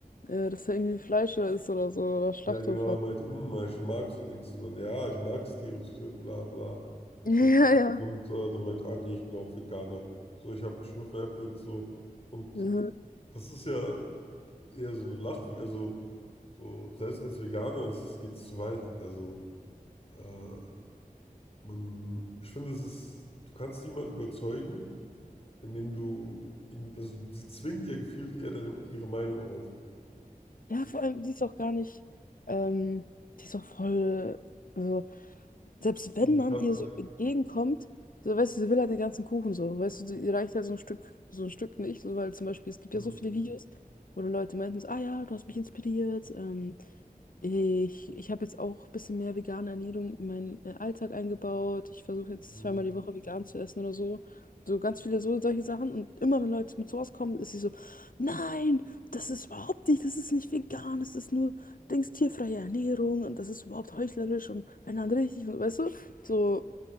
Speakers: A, on the left; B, on the left.
A: äh, dass er irgendwie Fleischer ist oder so, oder Schlachthof
B: Ja, genau,
A: hat.
B: er meinte, hm, ich mag so Dings. Und dann, ja, ich mag es, Tiere zu töten, bla bla.
A: <laughs>
B: So.
A: Ja, ja.
B: Und äh, dann meinte, ah nee, ich bin auch Veganer. So, ich habe mich nur veräppelt, so. Und
A: Mhm.
B: das ist ja eher so eine Lachfigur, also so, selbst als Veganer, es geht zu weit. Also, äh, man, ich finde, es ist, du kannst niemanden überzeugen, indem du ihn, also sie zwingt ja gefühlt eher deine, ihre Meinung auf.
A: Ja,
B: Sie
A: vor allem, die ist auch gar nicht, ähm, die ist auch voll, also, selbst wenn
B: militant.
A: man ihr
B: <laughs>
A: so entgegenkommt, so, weißt du, sie will halt den ganzen Kuchen so, weißt du, sie- ihr reicht halt so ein Stück, so ein Stück nicht, so, weil zum Beispiel, es gibt
B: Hm,
A: ja so viele Videos, wo dann Leute meinten, so, ah ja, du hast mich inspiriert, ähm, ich, ich habe jetzt auch ein bisschen mehr vegane Ernährung in meinen äh, Alltag eingebaut, ich versuche jetzt
B: hm,
A: zweimal die Woche vegan zu essen oder so, so ganz viele so, solche Sachen und immer, wenn Leute mit sowas kommen, ist sie so, nein! Das ist überhaupt nicht, das ist nicht vegan, das ist nur, denkst, tierfreie Ernährung und das ist überhaupt heuchlerisch und wenn dann richtig und weißt du, so,